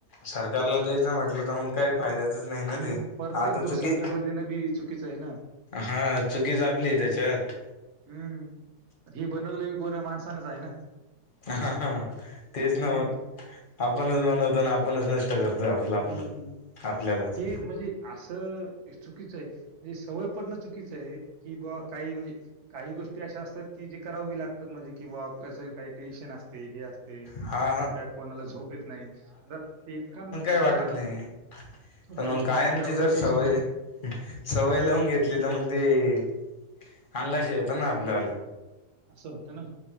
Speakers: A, on the left; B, on the right.
A: सरकारला द्यायचं म्हटलं तर मग काही फायद्याचच नाही ना
B: हम्म.
A: ते
B: प्रत्येक
A: आता
B: दोष
A: चुकी
B: सरकारला देणं बी चुकीचं आहे ना.
A: हा चुकी जपली त्याच्यात
B: हम्म. हे बनवले कोणी माणसानच आहे ना
A: हा हा ह तेच
B: हम्म,
A: ना आपणच बनवतो आणि आपणच नष्ट करतोय आपलं आपलं
B: हम्म
A: आपल्यालाच.
B: हे म्हणजे असं चुकीचं आहे म्हणजे सवय पडणं चुकीचं आहे की बा काही म्हणजे काही गोष्टी अशा असतात की जे करावी लागतात म्हणजे कि बा कसं काही टेन्शन असत हे असते
A: हा हा
B: का कोणाला झोप येत नाही ते
A: का वाटत
B: हां.
A: नाही पण
B: म्हणजे
A: मग
B: तुम्हाला
A: कायमची
B: काय दररोजच
A: जर
B: टेन्शन
A: सवय
B: आहे?
A: सवय लावून घेतली तर मग त
B: हं.
A: अंगाशी येत ना आपल्याला
B: असं होतं ना